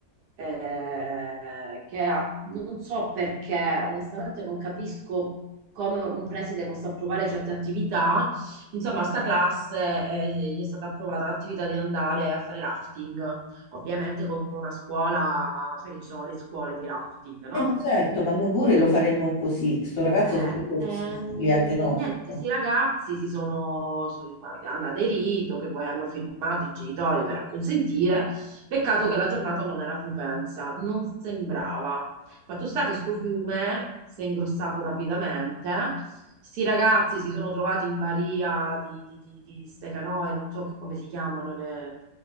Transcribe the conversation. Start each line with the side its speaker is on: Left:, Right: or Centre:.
Right: eh, che ha- non so perché, onestamente non capisco come un preside possa approvare certe attività. Insomma, a sta classe eh, gli è stata approvata l'attività di andare a fare rafting, ovviamente con una scuola, sai che ci sono le scuole di rafting, no?
Left: Eh, ma certo, ma noi pure lo faremmo così. Sto ragazzo
Right: Eh,
Left: fa il questo
Right: ehm,
Left: cliente nostro.
Right: niente, questi ragazzi si sono, so- hanno aderito, che poi hanno firmato i genitori per acconsentire. Peccato che la giornata non era propensa, non sembrava. Fatto sta che sto fiume si è ingrossato rapidamente. Sti ragazzi si sono trovati in baria di, di, di, di ste canoe, non so che- come si chiamano, le-